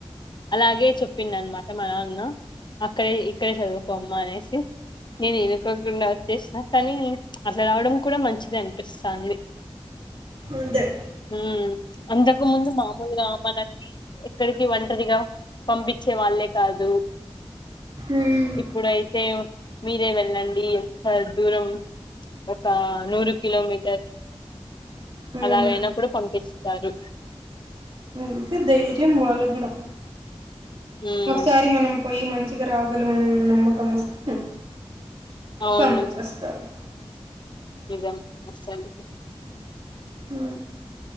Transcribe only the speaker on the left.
అలాగే చెప్పిండు అనమాట మా నాన్నా అక్కడే ఇక్కడే చదువుకోమ్మా అనేసి నీను ఇనుకోకుండా వచ్చేసా కానీ అట్లా రావడం కూడా మంచి మంచిదే అనిపిస్తంది
మ్మ్ అంతకు ముందు మా మాముూలుగా మనల్ని ఎక్కడికి ఒంటరిగా పంపించే వాళ్ళే కాదు
ఇప్పుడు అయితే మీరే వెళ్ళండి ఎంత దూరం ఒక నూరు కిలోమీటర్
అలాగైనా కూడా పంపించు తారు
ఉమ్
అవును
నిజం అసలు